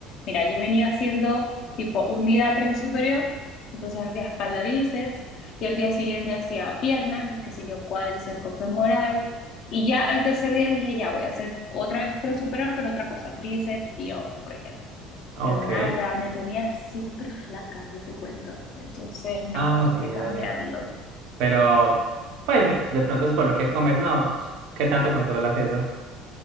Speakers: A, on the left; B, on the right.
A: mira, yo venía haciendo tipo un día tren superior, entonces hacía espalda bíceps, y al día siguiente hacía piernas, qué sé yo, cuádriceps con femoral. Y ya al tercer día dije, ya voy a hacer otra vez tren superior, pero otra cosa, tríceps y hombro, por ejemplo
B: Ok.
A: pero nada, me tenía súper flaca, yo te cuento. Entonces, no,
B: Ah, ok,
A: tuve que cambiarlo.
B: dale. Pero, pues, de pronto es por lo que comes, ¿no? ¿Qué tanto controlas eso?